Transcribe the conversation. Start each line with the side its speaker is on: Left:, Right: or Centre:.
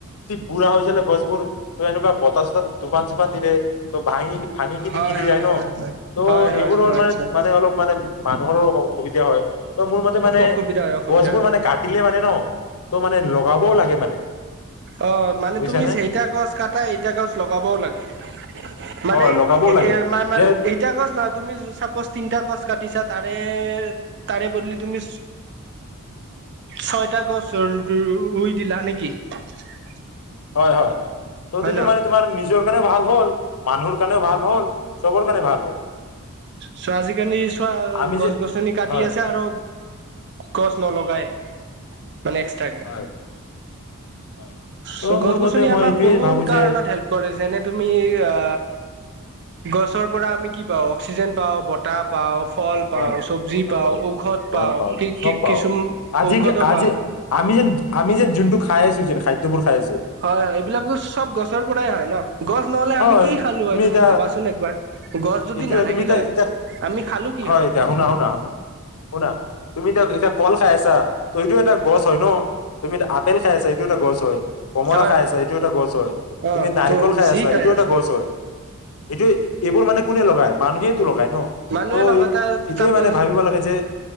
Left: বুঢ়া হৈ যালে গছবোৰ ত এনেকুৱা বতাহ চতাহ দোকান চোকান দিলে ত ভাঙি। ভাঙি কিনি
Right: হয়
Left: গিৰি
Right: হয়
Left: যায় ন
Right: হয় হয়।
Left: ত'
Right: হয় হয়
Left: এইবোৰৰ
Right: হয়
Left: মানে
Right: হয়
Left: মানে অলপ মানে মানুহৰো অসুবিধা হয় ত মোৰ মতে মানে
Right: অসুবিধা হয় অসুবিধা
Left: গছবোৰ
Right: হয়
Left: মানে কাট। ন ত মানে লগাবও লাগে। থাকে মানে।
Right: অ মানে
Left: বুজিছানে
Right: তুমি সেইটা গছ কটা এইটা গছ লগাবও লাগে। <inaudible> মানে
Left: হয় লগাবও লাগে
Right: এ
Left: যে
Right: এটা গছ নহয় তুমি চাপজ তিনটা গছ। কাটিছা তাৰে তাৰে বদলি তুমি ছয়টা গছ ৰুই দিলা নেকি। <inaudible>
Left: হয় হয়। ত
Right: হয়
Left: যিটো
Right: ন
Left: মানে তোমাৰ নিজৰ কাৰণে ভাল হ'ল। মানুহৰ কাৰণেও ভাল হ'ল। চবৰ কাৰণে ভাল হ'ল।
Right: চৌ আজিকালি চোৱা
Left: আমি
Right: গছ
Left: যে
Right: গছনি কাটি
Left: হয়
Right: আছে আৰু। গছ নলগাই মানে এক্সট্ৰাকে
Left: হয় হয় ত'
Right: চ' গছ
Left: মোৰ
Right: গছনি
Left: মতে মই
Right: আমাক
Left: এইটোয়ে
Right: বহুত
Left: ভাবো যে
Right: কাৰণত হেল্প কৰে যেনে। তুমি আ গছৰ পৰা আমি কি পাওঁ। অক্সিজেন পাওঁ বতাহ পাওঁ। ফল পাওঁ
Left: হয়
Right: চব্জি
Left: বতাহ পাওঁ
Right: ঔষধ
Left: ফল
Right: পাওঁ
Left: পাও
Right: কি
Left: চব
Right: কি
Left: পাওঁ
Right: কিছু
Left: আজি
Right: ঔষধো
Left: আজি
Right: পাওঁ
Left: আমি যে আমি যে যোনটো খাই আছোঁ যে খাদ্যবোৰ খাই আছোঁ।
Right: হয় হয় এইবিলাকো চব গছৰ পৰাই হয় ন গছ নহ'লে
Left: হয়
Right: আমি কি খালোঁ হয় তুমি
Left: এতিয়া
Right: ভাবাচোন একবাৰ গছ যদি
Left: এইটোয়ে
Right: নাথাকিলে
Left: তুমি এতিয়া
Right: হয়
Left: এতিয়া
Right: আমি খালোঁ।
Left: হয় এতিয়া শুনা শুনা শুনা শুনা তুমি ত এতিয়া কল খাই আছা। ত এইটো এ গছ হয় ন। তুমি আপেল খাই আছা এইটো এটা গছ হয়। কমলা
Right: হয়
Left: খাই
Right: হয়
Left: আছে এইটো এটা গছ হয়।
Right: অ
Left: তুমি নাৰিকল
Right: ত
Left: খাই
Right: যি
Left: আছা, এইটো এটা
Right: আছো
Left: গছ হয় এইটো এইবোৰ মানে কোনে লগাই মানুহে খাই ন
Right: মানুহে
Left: ত
Right: লগাতাৰ
Left: এই এইটোৱে
Right: তাৰপাছত
Left: মানে ভাবিব লাগে যে